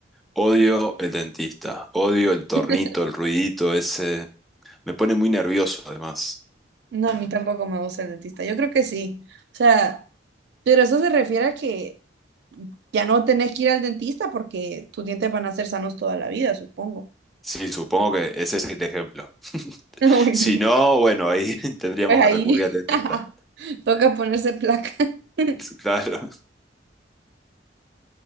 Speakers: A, in the centre; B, on the right.
A: Odio el dentista. Odio el tornito,
B: <laughs>
A: el ruidito ese. Me pone muy nervioso además.
B: No, a mí tampoco me gusta el dentista. Yo creo que sí. O sea, pero eso se refiere a que ya no tenés que ir al dentista porque tus dientes van a ser sanos toda la vida, supongo.
A: Sí, supongo que ese es el ejemplo.
B: <laughs> Bueno,
A: Si no, bueno, ahí <laughs> tendríamos
B: Pues ahí
A: que recurrir al dentista.
B: <laughs> toca ponerse placa. <laughs>
A: <laughs> Claro.